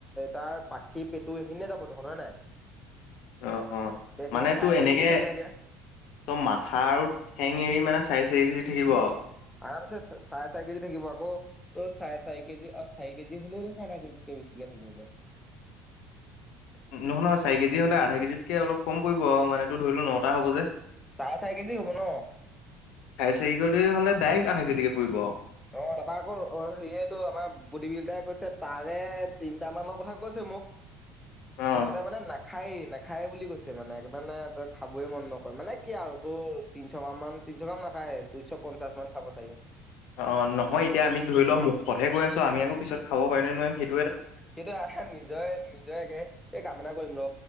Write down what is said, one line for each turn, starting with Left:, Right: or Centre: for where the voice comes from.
Centre: তাৰ পাখি পেটু সেইখিনিয়ে যাব দেখোন হয় নাই।
Left: অ অ
Centre: ডেৰ কেজি
Left: মানে
Centre: মান চাৰে
Left: তোৰ এনেকে
Centre: চাৰি কেজি থাকিলেগে
Left: ত মাথা আৰু ঠেং এৰি মানে চাৰি চাৰি কেজি থাকিব আও।
Centre: আৰামছে চাৰে চাৰি কেজি থাকিব আকৌ ত চাৰে চি কেজি চাৰি কেজি হলেও আধা কেজি। বেছিকে থাকিব গে।
Left: <inaudible> নহয় নহয় চাৰি কেজি হ'লে আধা কেজিতকে অলপ কম পৰিব আৰু মানো ধৰি লল নটা হ'ব যে।
Centre: চাৰে চাৰি কেজি হ'ব ন
Left: চাই চাৰি গলে হলে ডাইৰেক্ট আধা কেছিকে পৰিব আও।
Centre: অ তাৰপা আকৌ অ সেয়েত আমাৰ বদি বিলদাৰে কৈছে তাৰে তিনটা মানৰ কথা কৈছে। মোক
Left: অ',
Centre: সিহতে মানে খায় নেখায় বুলি কৈছে মানে একবাৰে ন তই খাবই মন নকৰে মানে কি আৰু তোৰ তিনশ গ্ৰাম মান তিনশ গ্ৰাম নাখায় দুইশ পঞ্চাশ মান খাব চাগে।
Left: অ অ, নহয় এতিয়া আমি ধৰিলম মুখতহে কৈ আছো আমি আকৌ পিছত খাব পাৰিম নে নোৱাৰিম সেই
Centre: সেইটো আহা নিজয় নিজয়াকে এই কামনা কৰিম ৰ।